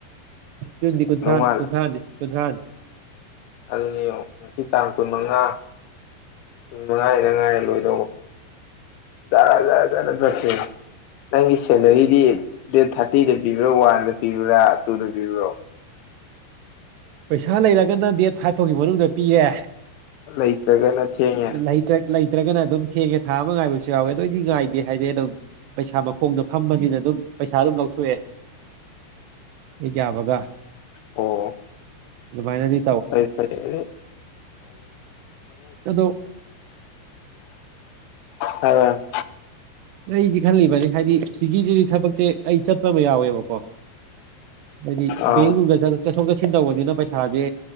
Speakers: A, on the right; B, on the left.
A: ꯖꯨꯟꯗꯤ ꯀꯨꯟꯊ꯭ꯔꯥꯅꯤ
B: ꯃꯥꯜꯂꯦ
A: ꯀꯨꯟꯊ꯭ꯔꯥꯅꯤ ꯀꯨꯟꯊ꯭ꯔꯥꯅꯤ
B: ꯑꯗꯨꯅꯤ ꯌꯦꯡꯉꯣ ꯉꯁꯤ ꯇꯥꯡ ꯀꯨꯟ ꯃꯉꯥ ꯅꯨꯃꯤꯠ ꯃꯉꯥꯅꯤꯗꯥ ꯉꯥꯏꯔꯦ ꯂꯣꯏꯗꯧꯕ ꯖꯔꯖꯔ ꯖꯔ ꯆꯠꯈꯤꯅꯤ꯫ ꯅꯪꯒꯤ ꯁꯦꯂꯔꯤꯗꯤ ꯗꯦꯠ ꯊꯥꯔꯇꯤꯗ ꯄꯤꯕ꯭ꯔꯥ ꯋꯥꯟꯗ ꯄꯤꯕ꯭ꯔꯥ ꯇꯨꯗ ꯄꯤꯕ꯭ꯔꯣ
A: ꯄꯩꯁꯥ ꯂꯩꯔꯒꯅ ꯗꯦꯠ ꯐꯥꯏꯚ ꯐꯥꯎꯒꯤ ꯃꯅꯨꯡꯗ ꯄꯤꯌꯦꯦ
B: ꯂꯩꯇ꯭ꯔꯒꯅ ꯊꯦꯡꯉꯦ
A: ꯂꯩꯇꯛ ꯂꯩꯇ꯭ꯔꯒꯅ ꯑꯗꯨꯝ ꯊꯦꯡꯉꯦ ꯊꯥ ꯑꯃ ꯉꯥꯏꯕꯁꯨ ꯌꯥꯎꯋꯦ ꯑꯗꯣ ꯑꯩꯗꯤ ꯉꯥꯏꯗꯦ ꯍꯥꯏꯔꯦ ꯑꯗꯨꯝ ꯄꯩꯁꯥ ꯃꯈꯣꯡꯗ ꯐꯝꯕꯅꯤꯅ ꯑꯗꯨꯝ ꯄꯩꯁꯥ ꯑꯗꯨꯝ ꯂꯧꯊꯣꯛꯑꯦ ꯍꯦꯛ ꯌꯥꯕꯒ
B: ꯑꯣ
A: ꯗꯨꯃꯥꯏꯅꯗꯤ
B: ꯐꯔꯦ ꯐꯔꯦ
A: ꯑꯗꯣ
B: ꯍꯥꯏꯔꯣ
A: ꯂꯩꯖꯤ ꯈꯜꯂꯤꯕꯅꯤ ꯍꯥꯏꯗꯤ ꯍꯤꯒꯤ ꯍꯤꯖꯤꯒꯤ ꯊꯕꯛꯁꯦ ꯑꯩ ꯆꯠꯄ ꯑꯃ ꯌꯥꯎꯋꯦꯕꯀꯣ ꯍꯥꯏꯗꯤ
B: ꯑꯥ
A: ꯕꯦꯡꯀꯨꯝꯕꯗ ꯆꯠꯂ ꯆꯠꯊꯣꯛ ꯆꯠꯁꯤꯟ ꯇꯧꯕꯅꯤꯅ ꯄꯩꯁꯥꯥꯖꯦ